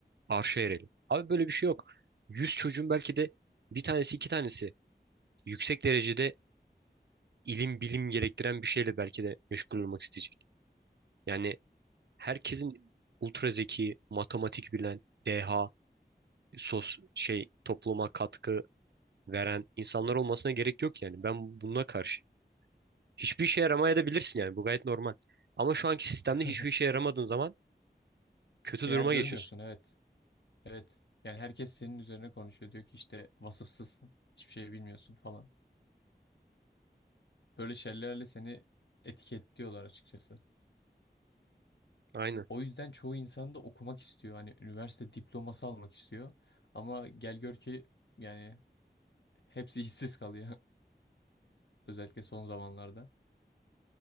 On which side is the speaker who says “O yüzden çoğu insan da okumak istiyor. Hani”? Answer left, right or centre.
Left